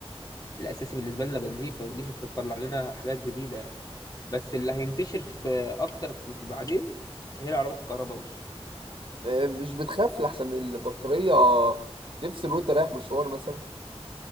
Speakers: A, on the left; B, on the right.
A: والأساسي بالنسبة لنا بنزين فتجيش انت تطلع لنا حاجات جديدة يعني بس اللي هينتشر في أكتر في في بعدين هي العربيات الكهرباء وش
B: إيه، مش بتخاف لحسن البطارية تفصل وانت رايح مشوار مثلا